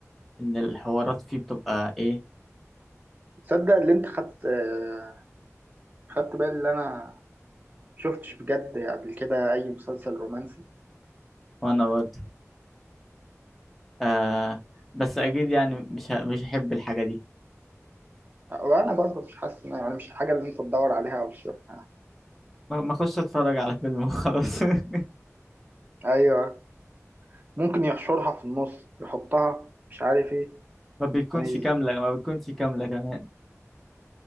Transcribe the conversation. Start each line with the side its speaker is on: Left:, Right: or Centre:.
Centre: إن الحوارات فيه بتبقى إيه
Right: تصدق اللي انت خدت آه، خدت بالي اللي انا شفتش بجد قبل كده اي مسلسل رومانسي
Centre: وأنا برضه آه بس أكيد يعني مش ه- مش هحب الحاجة دي
Right: وانا برضه مش حاسس إن- يعني مش الحاجه اللي انت تدور عليها او تشوفها
Centre: ما ما أخش أتفرج على فيلم وخلاص <laughs>
Right: ايوه ممكن يحشرها في النص يحطها مش عارف ايه
Centre: ما بتكونش
Right: يعني
Centre: كاملة ما بتكونش كاملة كمان